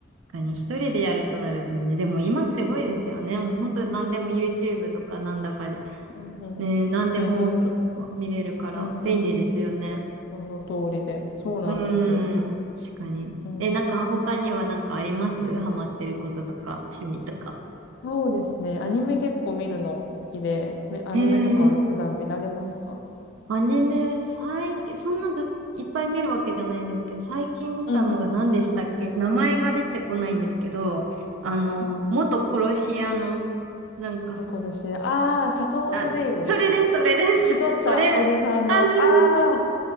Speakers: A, on the right; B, on the left.
A: 確かに、一人でやるとなるとね、でも今すごいですよね。もう本当何でも YouTube とかなんだかで、
B: うんうん。
A: ね、何でも見れるから便利ですよね。
B: いや、本当、うんうん。その通りで、そうなんですよ。
A: うーん、確かに。
B: うんうん
A: え、なんか他にはなんかありますハマってることとか、趣味とか。
B: そうですね。アニメ結構見るの好きで、めアニメとか普段見られますか
A: へーアニメは最近、そんなず、いっぱい見るわけじゃないんですけど、最近見たのが何でしたっけ名前が出てこないんですけど、
B: うんうんうん。
A: あの、
B: うん
A: 元殺し屋の、なんか、
B: ところし、ああ、坂本デイズですか
A: な、それです、それです、
B: 太ったおじさんの、
A: <laughs> それ、あ、そうそうそう、
B: あ